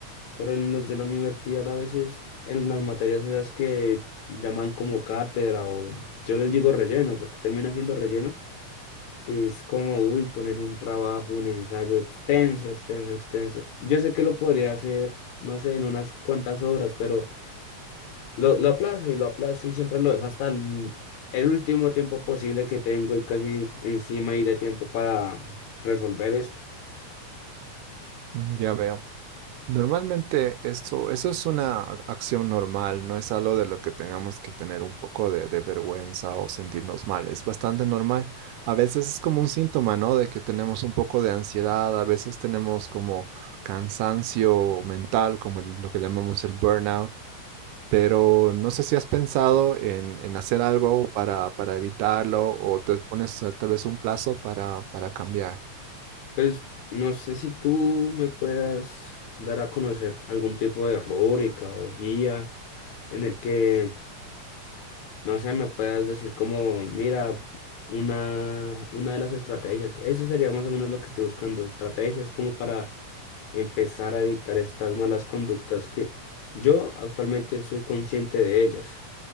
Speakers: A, on the left; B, on the right.
A: Pero en los de la universidad a veces en las materias esas que llaman como cátedra o yo les digo relleno, porque termina siendo relleno es como, uy, poner un trabajo, un ensayo extenso, extenso, extenso. Yo sé que lo podría hacer, no sé, en unas cuantas horas, pero lo, lo aplazo y lo aplazo y siempre lo dejo hasta el, el último tiempo posible que tengo y casi encima y de tiempo para resolver esto.
B: Mm, Ya veo. Normalmente esto, eso es una a- acción normal, no es algo de lo que tengamos que tener un poco de, de vergüenza o sentirnos mal, es bastante normal. A veces es como un síntoma, ¿no? De que tenemos un poco de ansiedad, a veces tenemos como cansancio mental, como el- lo que llamamos el burnout, pero no sé si has pensado en, en hacer algo para, para evitarlo o te pones eh, tal vez un plazo para, para cambiar.
A: Pues no sé si tú me puedas dar a conocer algún tipo de rúbrica o guía en el que no sé, me puedas decir como, mira, una, una de las estrategias. Eso sería más o menos lo que estoy buscando, estrategias como para empezar a evitar estas malas conductas que yo actualmente soy consciente de ellas.